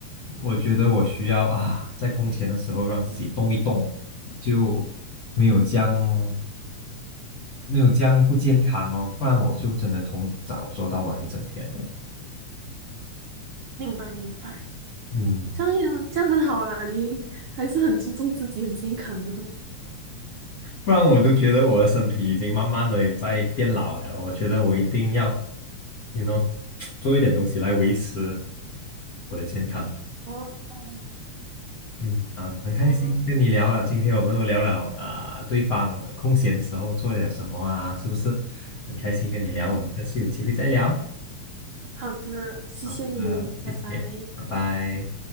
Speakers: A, on the left; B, on the right.
A: 我觉得我需要啊在空闲的时候让自己动一动，就没有将没有将不健康哦，不然我就真的从早做到晚一整天的。
B: 明白明白，
A: 嗯
B: 这样也这样很好啦，你还是很注重自己的健康的。
A: 不然我都觉得我的身体已经慢慢的也在变老了。我觉得我一定要，you know，做一点东西来维持我的健康。
B: 哦，哦
A: 嗯，啊，很开心跟你聊了。
B: 哦，<laughs> 嗯，
A: 今天我们又聊了啊、对方空闲时候做了点什么啊，是不是？很开心跟你聊，
B: 啊
A: 我们下次有机会再聊。
B: 好的，谢谢你，
A: 好的，谢谢，
B: 拜拜。
A: 拜拜。